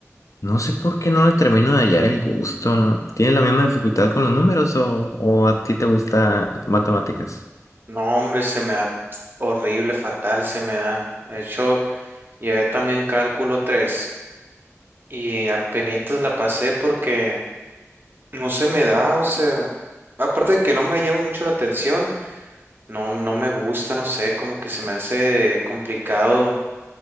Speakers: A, on the left; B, on the right.
A: no sé por qué no le termino de hallar el gusto, ¿no? ¿Tienes la misma dificultad con los números o, o a ti te gusta matemáticas?
B: No, hombre, se me da pf, horrible, fatal, se me da. De hecho, llevé también cálculo 3 y apenitas la pasé porque no se me da, o sea, aparte de que no me llama mucho la atención, no, no me gusta, no sé, como que se me hace complicado